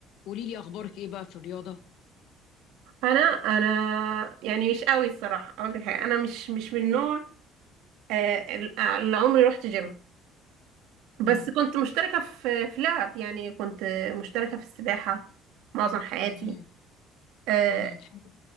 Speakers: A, on the left; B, on the right.
A: قولي لي اخبارك ايه بقى في الرياضه
B: انا انا يعني مش قوي الصراحه اقول لك حاجه انا مش مش من النوع آه، اللي عمري رحت جيم بس
A: امم
B: كنت مشتركه في في لعب يعني كنت مشتركه في السباحه معظم حياتي
A: امم
B: آه،
A: امم حلو